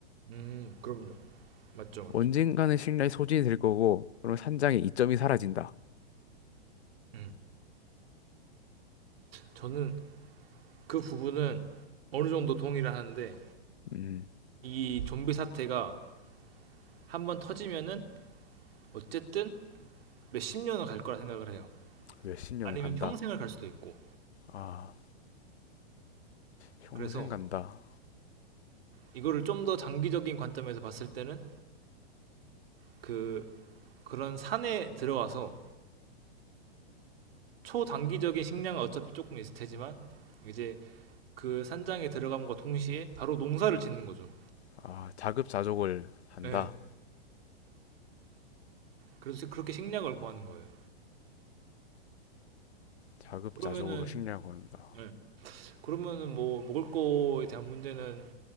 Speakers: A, on the right; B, on the left.
A: 음. 그럼요. 맞죠, 맞죠.
B: 언젠가는 신뢰의 소진이 될 거고, 그럼 산장의 이점이 사라진다.
A: 음. 저는 그 부분은 어느 정도 동의를 하는데
B: 음,
A: 이 좀비 사태가 한번 터지면은 어쨌든 몇 십 년은 갈 거라 생각을 해요.
B: 몇 십 년을
A: 아니면
B: 간다.
A: 평생을 갈 수도 있고.
B: 아, 평생
A: 그래서
B: 간다.
A: 이거를 좀 더 장기적인 관점에서 봤을 때는 그 그런 산에 들어가서 초단기적인 식량은 어차피 조금 있을 테지만 이제 그 산장에 들어감과 동시에 바로 농사를 짓는 거죠.
B: 아, 자급자족을 한다.
A: 네. 그래서 그렇게 식량을 구하는 거예요.
B: 자급자족으로
A: 그러면은
B: 식량을 를한다
A: 네. 그러면은 뭐 먹을 거에 대한 문제는